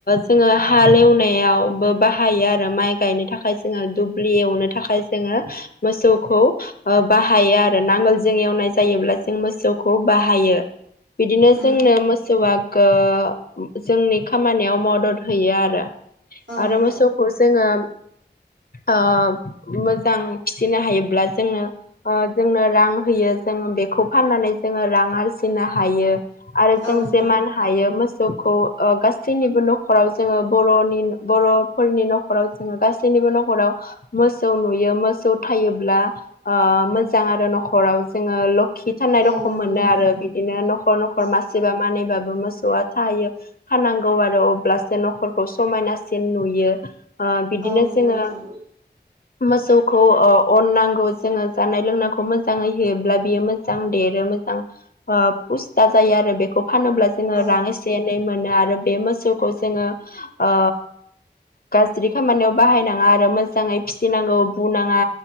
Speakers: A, on the left (about 55°); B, on the right (about 80°).
A: जोङो हाल एवनायावबो बाहायो आरो माइ गायनो थाखाय जोङो दुब्लि एवनो थाखाय जोङो मोसौखौ ओ बाहायो आरो नांगोलजों एवनाय जायोब्ला जों मोसौखौ बाहायो बिदिनो
B: उम
A: जोंनो मोसौआ गों जोंनि खामानियाव मदद होयो आरो
B: औ
A: आरो
B: नोंथां
A: मोसौ खौ जोङो ओ मोजां फिसिनो हायोब्ला जोङो ओ जोंनो रां होयो जोङो बेखौ फाननानै जोङो रां आरजि फिसिनो हायो आरो
B: औ
A: जों
B: नोंथां
A: जे मान हायो मोसौखौ ओ गासैनिबो नखराव जोङो बरनि बरफोरनि नखराव जोङो गासैनिबो नखराव मोसौ नुयो मोसौ थायोब्ला ओ-मोजां आरो नखराव जोङो। खिथनाय
B: औ
A: रखम
B: नंगौ
A: मोनो
B: नोंथां
A: आरो बिदिनो नखर नखर
B: औ
A: मास मासेबा मानिबाबो मोसौआ थायो फाननो नांगौ आरो अब्लासो नखरखौ समायनासिन नुयो। ओ-बिदिनो
B: औ नंगौ
A: जोङो।
B: नोंथां
A: मोसौखौ ओ-अननांगौ जोङो जानाय लोंनायखौ मोजाङै होयोब्ला बियो मोजां। मोजां देरो मोजां ओ-फुस्ता जायो आरो बेखौ फानोब्ला जोङो
B: औ
A: रां एसे एनै मोनो आरो बे मोसौखौ जोङो ओ गाज्रि खामानियाव बाहायनाङा आरो मोजाङै फिसिनांगौ बुनाङा।